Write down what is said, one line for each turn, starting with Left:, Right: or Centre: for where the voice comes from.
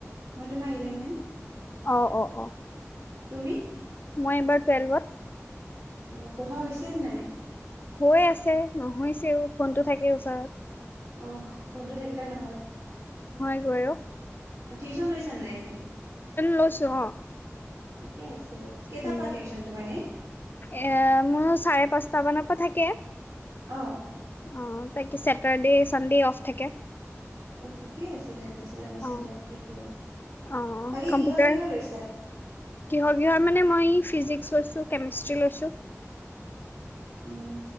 Right: মই তোমাৰ ইলেভেন
Left: অ-অ-অ,
Right: তুমি?
Left: মই এবাৰ টুৱেলভত।
Right: অহ, পঢ়া হৈছে নে নাই?
Left: হৈ আছে নহৈছেও। ফোনটো থাকে ওচৰত।
Right: অহ, ফোনটো থাকিলে ন,
Left: হয় গৈ অ',
Right: অ, টিউশন লৈছা নে নাই এনে?
Left: লৈছো অ
Right: ঠিকে আছে। কেইটাৰ
Left: উম,
Right: পৰা টিউচন তোমাৰ এনে
Left: এ, মোৰ চাৰে- পাঁচ পাঁচটা মানৰ পা থাকে।
Right: অ,
Left: অ, তাকে ছেটাৰডে, চানডে অফ থাকে।
Right: অ, ঠিকেই আছে। তেন্তে ছেটাৰডে,
Left: অ
Right: চানদে অফ থাকিলে,
Left: অ
Right: বাকী
Left: কম্পিউটাৰ
Right: কিহৰ- কিহৰ লৈছা?
Left: কিহৰ কিহৰ মানে মই ফিজিক্স লৈছো, কেমেষ্ট্ৰি লৈছো।
Right: উম,